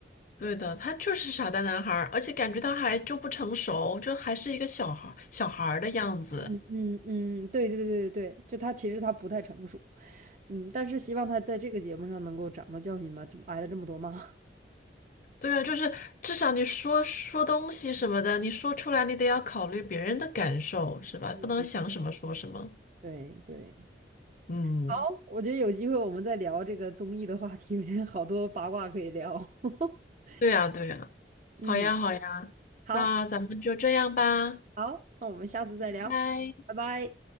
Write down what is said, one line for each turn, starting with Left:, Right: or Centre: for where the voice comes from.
Left: 对的，他就是傻蛋男孩儿，而且感觉他还就不成熟，就还是一个小孩儿小孩儿的样子。
Right: 嗯嗯嗯，嗯对对对对对，就他其实他不太成熟，嗯，但是希望他在这个节目上能够长到教训吧，这么挨了这么多骂。
Left: 对啊，就是至少你说说东西什么的，你说出来你得要考虑别人的感受，是吧？
Right: <laughs> 嗯，
Left: 不能想什么说什么。
Right: 对对。
Left: 嗯，
Right: 好，我觉得有机会我们再聊这个综艺的话题，我觉得好多八卦可以聊。<laughs>
Left: 对呀，对呀，
Right: 嗯，
Left: 好呀，好呀，
Right: 好，
Left: 那咱们就这样吧，拜
Right: 好，那我们下次再聊，
Left: 拜。
Right: 拜拜。